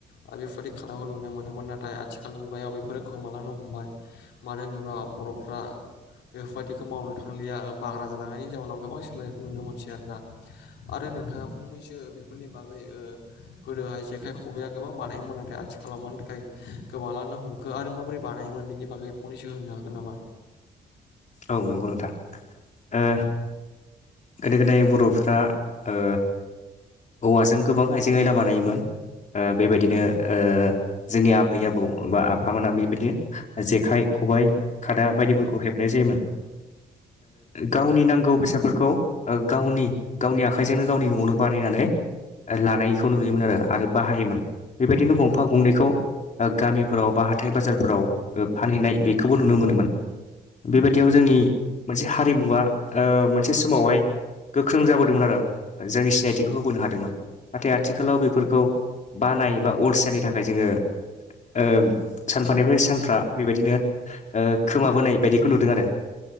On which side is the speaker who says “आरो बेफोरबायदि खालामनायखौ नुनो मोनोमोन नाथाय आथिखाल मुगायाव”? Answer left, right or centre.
Left